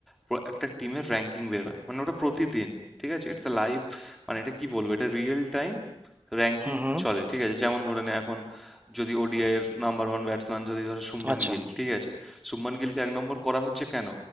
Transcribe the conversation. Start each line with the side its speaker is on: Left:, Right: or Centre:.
Centre: প্র- একটা টিমের র্যাঙ্কিং বের হয় মানে ওটা প্রতিদিন ঠিক আছে ইটস আ লাইভ মানে এটা কি বলবো এটা রিয়েল টাইম র্যাঙ্কিং
Right: হুম হুম
Centre: চলে ঠিক আছে যেমন ধরে নে এখন যদি ওডিআই এর নাম্বার ওয়ান ব্যাটসম্যান যদি ধরো শুভমান
Right: আচ্ছা
Centre: গিল ঠিক আছে শুভমান গিলকে এক নম্বর করা হচ্ছে কেন